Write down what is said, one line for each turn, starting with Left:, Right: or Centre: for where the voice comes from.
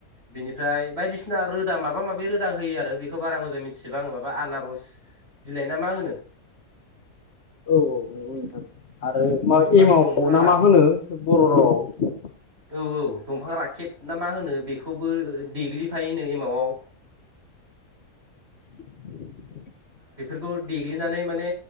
Right: बिनिफ्राय बायदिसिना रो दा माबा माबि रोदा होयो आरो बेखौ बारा मोजां मिथिजोबा आङो माबा आनारस बिलाइना मा होनो
Left: औ औ नोंगौ नोंथां आरो मा
Right: माबा
Left: एमाव
Right: दंफां
Left: ना
Right: रा
Left: मा होनो? बर' रावाव
Right: औ औ दंफां राखेब ना मा होनो बेखौबो देग्लिफायो नो एमावआव
Left: <inaudible>
Right: बेफोरखौ देग्लिनानै माने